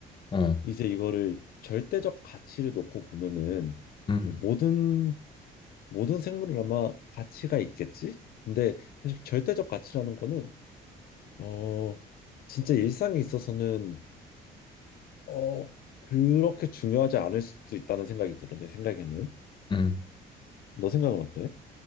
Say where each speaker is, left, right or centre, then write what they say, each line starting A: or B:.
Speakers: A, on the left; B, on the left.
A: 어,
B: 이제 이거를 절대적 가치를 놓고 보면은
A: 음
B: 뭐 모든 모든 생물은 아마 가치가 있겠지? 근데 사실 절대적 가치라는 거는 어, 진짜 일상에 있어서는 어, 그렇게 중요하지 않을 수도 있다는 생각이 들어. 내 생각에는.
A: 음.
B: 너 생각은 어때?